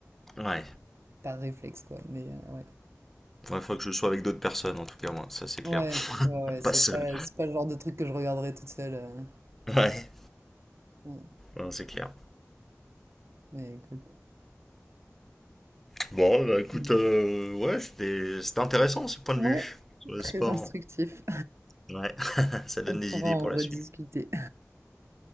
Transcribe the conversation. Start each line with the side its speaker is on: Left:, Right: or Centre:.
Centre: Ouais.
Right: par réflexe, quoi. Mais euh, ouais.
Centre: Il faudrait que je sois avec d'autres personnes, en tout cas, moi. Ça, c'est
Right: Ouais,
Centre: clair.
Right: ouais, ouais, c'est
Centre: Pas seul.
Right: pas, c'est pas le genre de truc que je regarderai toute seule. euh,
Centre: Ouais.
Right: ouais.
Centre: Non, c'est clair.
Right: Mais écoute.
Centre: Bon, bah, écoute,
Right: Mm.
Centre: euh, ouais, c'était c'était intéressant, ce point de
Right: Ouais,
Centre: vue sur le
Right: très
Centre: sport.
Right: instructif.
Centre: Ouais. <laughs>
Right: <laughs>
Centre: Ça donne
Right: On pourra
Centre: des idées pour
Right: en
Centre: la
Right: rediscuter.
Centre: suite.